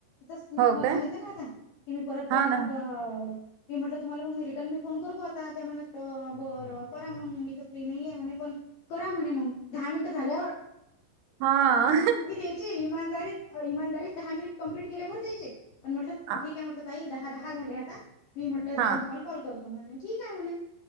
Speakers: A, on the left; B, on the right.
A: त मी
B: हो
A: तुम्हाला
B: काय
A: सांगितलं ना आता की मी परत ते
B: हा
A: म्हणत
B: ना
A: मी म्हटलं तुम्हाला मग मी रिटर्न मी फोन करतो आता त्या म्हणत बरं करा मग मी तर फ्री नाही आहेे म्हणे पण करा म्हणे मग दहा मिनटं झाल्यावर
B: हा
A: मी द्याचे इमानदारीत इमानदारीत दहा मिनिट कं्प्लीट केले बर द्यायचे पण म्हटलं
B: आ,
A: ठीक आहे म्हटलं ताई दहा दहा झाले आता मी म्हटलं
B: हा
A: रिटर्न तुम्हाला कॉल करतो ठीक आहे म्हणे